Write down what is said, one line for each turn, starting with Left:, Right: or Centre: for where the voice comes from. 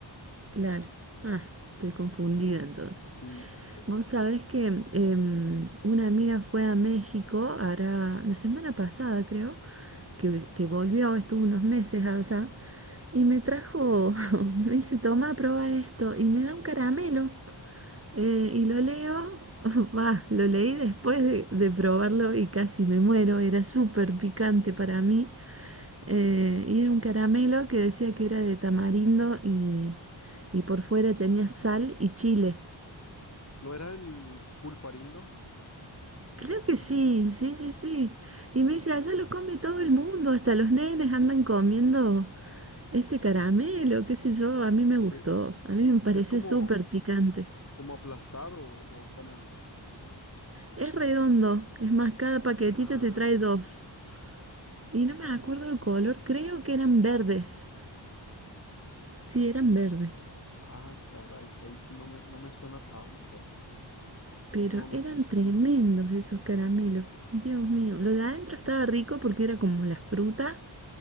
Right: claro. Ah, estoy confundida entonces.
Left: Sí, eh,
Right: Vos sabés que em, una amiga fue a México, hará la semana pasada creo, que, que volvió, estuvo unos meses allá, y me trajo, <laughs> me dice, toma, prueba esto, y me da un caramelo, eh, y lo leo, <laughs> va, lo leí después de, de probarlo y casi me muero, era súper picante para mí, eh, y era un caramelo que decía que era de tamarindo y, y por fuera tenía sal y chile.
Left: ¿no era el pulparindo?
Right: Creo que sí, sí, sí, sí. Y me dice, allá lo come todo el mundo, hasta los nenes andan comiendo este caramelo, qué sé yo, a mí me gustó,
Left: Que
Right: a mí me pareció
Left: es como,
Right: súper picante.
Left: ¿Como aplastado o, o cómo es?
Right: Es redondo, es más, cada paquetito
Left: Ah,
Right: te trae
Left: un redondo.
Right: dos. Y no me acuerdo el color, creo que eran verdes. Sí, eran verdes.
Left: Ah, caray, ahí sí no me, no me suena tanto.
Right: Pero
Left: No, no
Right: eran
Left: estoy seguro.
Right: tremendos esos caramelos. Dios mío, lo de adentro estaba rico porque era como la fruta,